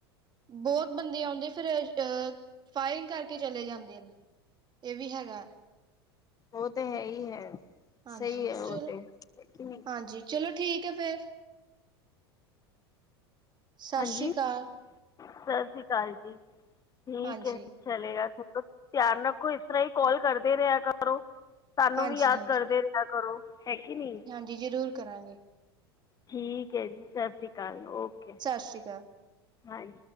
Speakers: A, on the right (about 35°); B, on the left (about 30°).
A: ਬਹੁਤ ਬੰਦੇ ਆਉਂਦੇ ਫਿਰ ਅਹ ਫਾਇਰਿੰਗ ਕਰਕੇ ਚਲੇ ਜਾਂਦੇ ਨੇ ਇਹ ਵੀ ਹੈਗਾ
B: ਉਹ ਤੇ ਹੈ ਹੀ ਹੈ।
A: ਹਾਂਜੀ
B: ਸਹੀ ਹੈ ਉਹ
A: ਚਲੋ,
B: ਤੇ ਹੈ ਕਿ ਨਹੀਂ
A: ਹਾਂਜੀ ਚਲੋ, ਠੀਕ ਹੈ ਫਿਰ। ਸਤਿ
B: ਹਾਂਜੀ
A: ਸ਼੍ਰੀ ਅਕਾਲ।
B: ਸਤਿ ਸ਼੍ਰੀ ਅਕਾਲ ਜੀ, ਠੀਕ
A: ਹਾਂਜੀ
B: ਹੈ। ਚਲੇਗਾ ਚਲੋ ਧਿਆਨ ਰੱਖੋ। ਇਸ ਤਰ੍ਹਾਂ ਹੀ ਕਾਲ ਕਰਦੇ ਰਿਹਾ ਕਰੋ। ਸਾਨੂੰ
A: ਹਾਂਜੀ
B: ਵੀ ਯਾਦ ਕਰਦੇ ਰਿਹਾ ਕਰੋ ਹੈ ਕਿ ਨਹੀਂ।
A: ਜੀ ਜ਼ਰੂਰ ਕਰਾਂਗੇ।
B: ਠੀਕ ਹੈ ਜੀ, ਸਤਿ ਸ਼੍ਰੀ ਅਕਾਲ। ਓਕੇ
A: ਸਤਿ ਸ਼੍ਰੀ ਅਕਾਲ।
B: ਹਾਂਜੀ